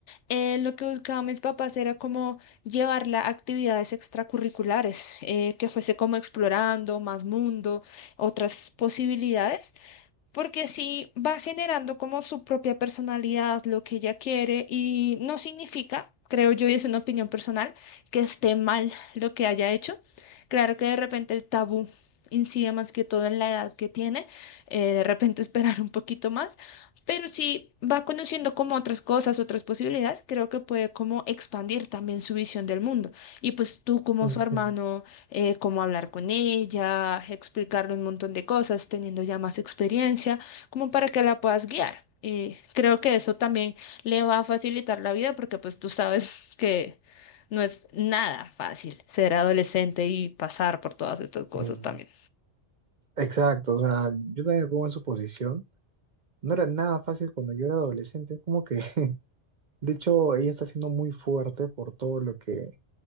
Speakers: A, on the left; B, on the right.
A: eh, lo que buscaban mis papás era como llevarla a actividades extracurriculares, eh, que fuese como explorando más mundo, otras posibilidades. Porque sí va generando como su propia personalidad, lo que ella quiere, y no significa, creo yo, y es una opinión personal, que esté mal lo que haya hecho. Claro que de repente el tabú incide más que todo en la edad que tiene, eh, de repente <laughs> esperar un poquito más, pero si va conociendo como otras cosas, otras posibilidades, creo que puede como expandir también su visión del mundo. Y pues tú como
B: ujú,
A: su hermano eh, cómo hablar con ella, explicarle un montón de cosas, teniendo ya más experiencia, como para que la puedas guiar. Y creo que eso también le va a facilitar la vida porque pues tú sabes <laughs> que no es nada fácil ser adolescente y pasar por todas estas cosas
B: sí.
A: también.
B: Exacto, o sea, yo también me pongo en su posición. No era nada fácil cuando yo era adolescente, como que De hecho, ella está siendo muy fuerte por todo lo que